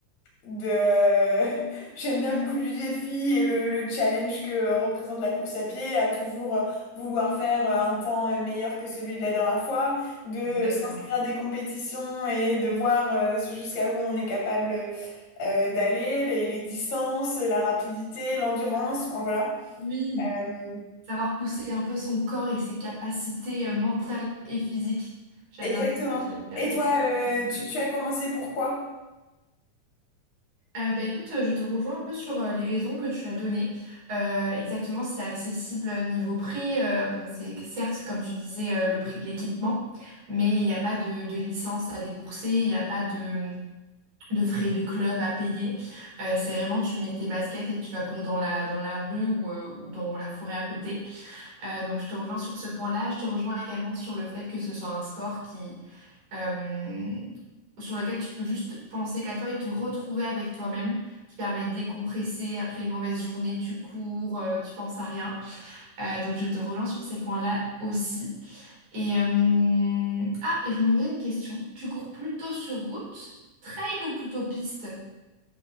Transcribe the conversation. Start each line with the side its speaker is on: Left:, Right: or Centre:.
Left: de euh, <laughs> j'aime bien le coup du défi et le, le challenge que euh, représente la course à pied à toujours euh, vouloir faire euh, un temps euh, meilleur que celui de la dernière fois, de euh,
Right: Exactement.
Left: s'inscrire à des compétitions et de voir euh, jusqu'à où on est capable euh, d'aller, les, les distances, la rapidité, l'endurance, enfin voilà.
Right: Oui,
Left: Euh,
Right: savoir pousser un peu son corps et ses capacités euh, mentales et physiques. J'aime
Left: exactement.
Right: bien ce défi-là
Left: Et toi,
Right: aussi.
Left: euh,
Right: D'accord.
Left: tu, tu as commencé pourquoi?
Right: Euh, bah, écoute, euh, je te rejoins un peu sur euh, les raisons que tu as données. Euh, exactement, c'est accessible euh, niveau prix. Euh, bon, c'est certes, comme tu disais, euh, le prix de l'équipement, mais il n'y a pas de, de licence à débourser, il n'y a pas de, de frais de club à payer. Euh, c'est vraiment, tu mets tes baskets et tu vas courir dans la, dans la rue ou, euh, ou dans la forêt à côté. Euh, donc, je te rejoins sur ce point-là. Je te rejoins également sur le fait que ce soit un sport qui, euh, sur lequel tu peux juste penser qu'à toi et te retrouver avec toi-même, qui permet de décompresser. Après une mauvaise journée, tu cours, euh, tu penses à rien. Euh, donc, je te rejoins sur ces points-là aussi. Et, euh, Ah, et je me posais une question. Tu cours plutôt sur route, trail ou plutôt piste?